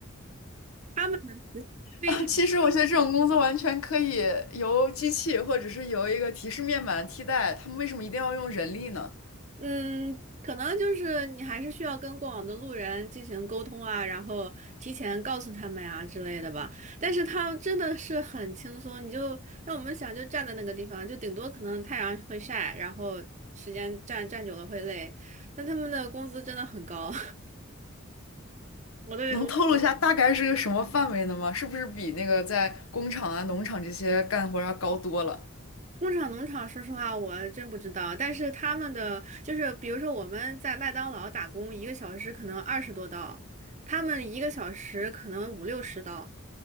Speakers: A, on the right; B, on the left.
A: 她们非常。
B: 啊，其实我觉得这种工作完全可以由机器或者是由一个提示面板替代，他们为什么一定要用人力呢？
A: 嗯，可能就是你还是需要跟过往的路人进行沟通啊，然后提前告诉他们啊之类的吧。但是他真的是很轻松，你就让我们想就站在那个地方，就顶多可能太阳会晒，然后时间站站久了会累。但他们的工资真的很高，<laughs> 我我。
B: 能透露一下大概是个什么范围的吗？是不是比那个在工厂啊、农场这些干活要高多了？
A: 工厂、农场，说实话，我真不知道。但是他们的就是，比如说我们在麦当劳打工，一个小时可能二十多刀，他们一个小时可能五六十刀